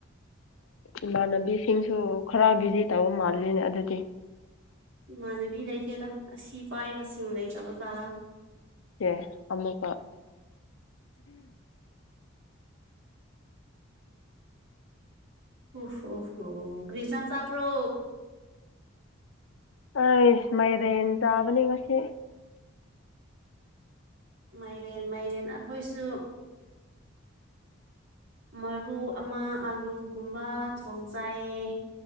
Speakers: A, on the left; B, on the right.
A: ꯏꯃꯥꯟꯅꯕꯤꯁꯤꯡꯁꯨ ꯈꯔ ꯚꯤꯖꯤ ꯇꯧꯕ ꯃꯥꯜꯂꯤꯅꯦ ꯑꯗꯨꯗꯤ
B: ꯏꯃꯥꯟꯅꯕꯤ ꯂꯩꯇꯦꯗ ꯑꯁꯤ ꯄꯥꯏꯕꯁꯤꯡ ꯂꯩꯇ꯭ꯔꯕ ꯖꯥꯔꯥ
A: ꯑꯦꯦ ꯑꯃꯀ
B: ꯑꯣ ꯍ ꯍꯣ ꯍꯣ ꯀ꯭ꯔꯤꯖꯥꯟ ꯆꯄ꯭ꯔꯣ
A: ꯑ ꯏꯁꯃꯩꯔꯦꯟ ꯇꯥꯕꯅꯤ ꯃꯁꯦ
B: ꯃꯥꯏꯔꯦꯟ ꯃꯥꯏꯔꯦꯟ ꯑꯩꯈꯣꯏꯁꯨ ꯃꯔꯨ ꯑꯃ ꯑꯥꯂꯨꯒꯨꯝꯕ ꯊꯣꯡ ꯆꯥꯏꯌꯦ